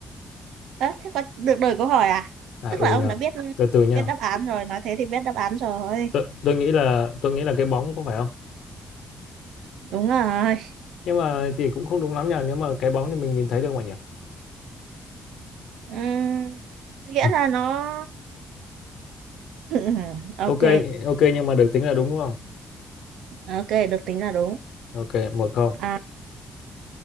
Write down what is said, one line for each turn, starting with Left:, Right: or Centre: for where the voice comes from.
Right: Ơ, thế có được đổi câu hỏi à?
Left: À
Right: Tức
Left: ừ
Right: là ông
Left: nhờ.
Right: đã biết
Left: Từ từ nha.
Right: biết đáp án rồi, nói thế thì biết đáp án rồi.
Left: Tôi, tôi nghĩ là tôi nghĩ là cái bóng có phải không?
Right: Đúng rồi.
Left: Nhưng mà thì cũng không đúng lắm nhỉ, nếu mà cái bóng thì mình nhìn thấy được mà nhỉ.
Right: Ừm, nghĩa
Left: Ừ.
Right: là nó <laughs> ok,
Left: Ok, ok nhưng mà được tính là đúng đúng không?
Right: ok được tính là đúng.
Left: Ok, một không.
Right: À,